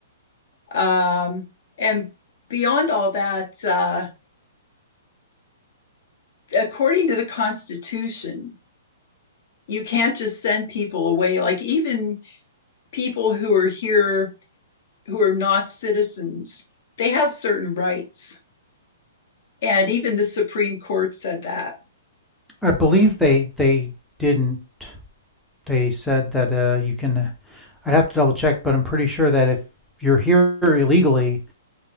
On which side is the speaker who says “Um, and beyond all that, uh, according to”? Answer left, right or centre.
Left